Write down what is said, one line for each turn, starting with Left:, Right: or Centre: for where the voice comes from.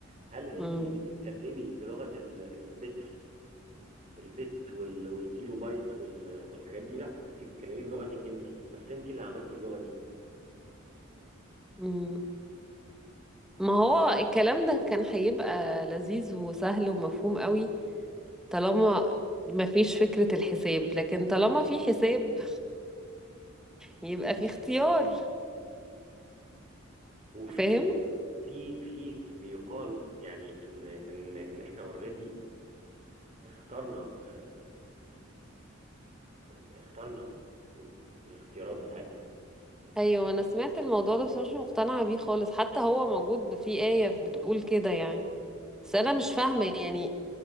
Right: هل انت
Centre: امم
Right: بتتكلمي بلغه ال- البت البت وال- والكيلو بايت وال- والحاجات دي لا انت بتتكلمي بلغتك انت بس انت اللي عملتي اللغه دي
Centre: امم ما هو الكلام ده كان هيبقى لذيذ وسهل ومفهوم قوي طالما ما فيش فكرة الحساب لكن طالما في حساب يبقى في اختيار
Right: وفي
Centre: فاهم
Right: في في بيقال يعني ان ان ان احنا اوريدي اخترنا اه، اخترنا الاختيارات بتاعتنا
Centre: ايوه انا سمعت الموضوع ده بس أنا مش مقتنعة بيه خالص حتى هو موجود في آية بتقول كده يعني بس انا مش فاهمة يعني